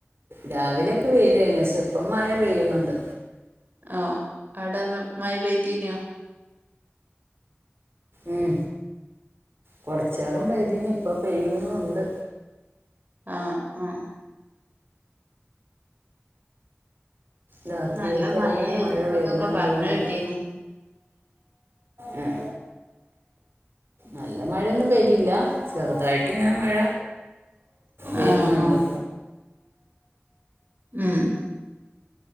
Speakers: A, on the right (about 65°); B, on the right (about 45°).
A: രാവിലെയൊക്കെ പെയ്ലന്നെ, ഇപ്പോ മഴ പെയ്യുന്നുണ്ട്.
B: ആഹ അവിടെ മഴ പെയ്തതിനോ?
A: ഉം കൊറച് നേരം പെയ്തു, ഇപ്പൊ പെയ്യുന്നുണ്ട്.
B: ആഹ ആഹ
A: രാത്രിയൊക്കൊയിരിക്കും
B: ഇന്ന് നല്ല മഴയായിരിക്കും
A: മഴ പെയ്യാണെന്ന്
B: എന്നൊക്കെ പറഞ്ഞ്
A: തോന്നുന്നുണ്ട്.
B: കേട്ടീനു
A: ഉം നല്ല മഴയൊന്നും പെയ്തില്ല. ചെറുതായിട്ട് ഇങ്ങനെ മഴ വരുന്നുണ്ട്.
B: ആഹ് ആഹ് ഉമ്